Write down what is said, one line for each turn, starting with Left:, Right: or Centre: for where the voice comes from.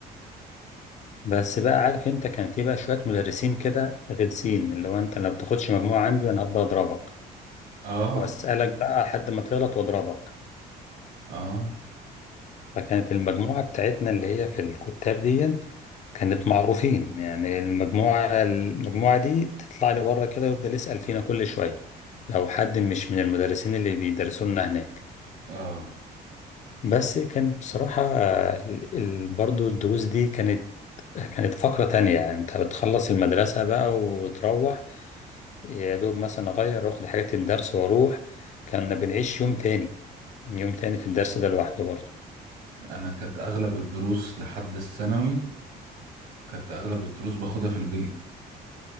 Left: بس بقى عارف انت كان في بقى شوية مدرسين كده غلسين اللي هو انت لو بتاخدش مجموعة عندي انا هفضل اضربك
Right: اه
Left: واسألك بقى لحد ما تغلط واضربك
Right: اه
Left: فكانت المجموعة بتاعتنا اللي هي في الكتاب دي كانت معروفين يعني المجموعة المجموعة دي تطلع لي بره كده يفضل يسأل فينا كل شوية لو حد مش من المدرسين اللي بيدرسوا لنا هناك
Right: اه
Left: بس كان بصراحة آه، ال- ال- برضو الدروس دي كانت كانت فقرة تانية يعني انت بتخلص المدرسة بقى وتروح يا دوب مثلا اغير واخد حاجات الدرس واروح كنا بنعيش يوم تاني يوم تاني في الدرس ده لوحده برضو
Right: انا كانت اغلب الدروس لحد الثانوي كانت اغلب الدروس باخدها في البيت